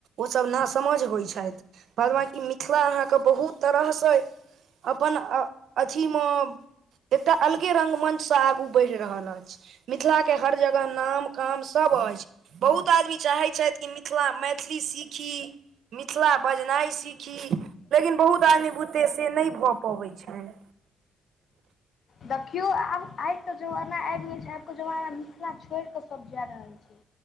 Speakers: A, on the right; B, on the left.
A: ओसब नासमझ होइ छथि बाद बाँकी मिथिला अहाँके बहुत तरहसँ अपन अथी मे एकटा अलग ऐसे रंगमंच से आगू बढ़ि रहल अछि मिथिला के हर जगह नाम काम सब अछि बहुत आदमी चाहैत छथि कि मिथिला मैथिली सीखी मिथिला बजनाइ सीखी लेकिन बहुत आदमी बुते से नहि भऽ पबैत छनि
B: देखियौ आब आइ के जमाना आइब गेल छै आबके जमाना मिथिला छोइड़ कऽ सब जा रहल छै